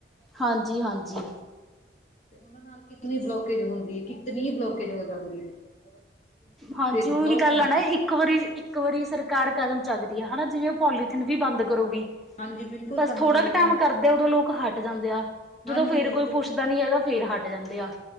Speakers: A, in the centre; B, on the left.
A: ਹਾਂਜੀ, ਹਾਂਜੀ।
B: ਤੇ ਉਹਨਾਂ ਨਾਲ ਕਿਤਨੀ ਬਲੋਕੇਜ ਹੁੰਦੀ ਹੈ, ਕਿਤਨੀ ਬਲੋਕੇਜ ਹੋ ਜਾਂਦੀ ਹੈ। ਸੀਵਰੇਜ
A: ਹਾਂਜੀ, ਉਹੀ
B: ਬਲੋਕ
A: ਗੱਲ
B: ਹੁੰਦੇ
A: ਆ ਨਾ
B: ਨੇ ਪੂਰੇ।
A: ਇੱਕ ਵਾਰੀ ਇੱਕ ਵਾਰੀ ਸਰਕਾਰ ਕਦਮ ਚੱਕਦੀ ਹੈ ਹਨਾ, ਜਿਵੇਂ ਉਹ ਪੋਲੀਥੀਨ ਵੀ ਬੰਦ ਕਰੂਗੀ।
B: ਹਾਂਜੀ ਬਿਲਕੁਲ
A: ਬਸ
B: ਕਰਨੇ
A: ਥੋੜਾ
B: ਚਾਹੀਦੇ
A: ਕੁ ਟਾਈਮ
B: ਨੇ
A: ਕਰਦਾ। ਉਦੋਂ ਲੋਕ ਹਟ ਜਾਂਦੇ ਆ, ਜਦੋਂ
B: ਹਾਂਜੀ
A: ਫਿਰ
B: ਬਿਲਕੁਲ।
A: ਕੋਈ ਪੁੱਛਦਾ ਨੀ ਹੈਗਾ, ਫਿਰ ਹਟ ਜਾਂਦੇ ਆ।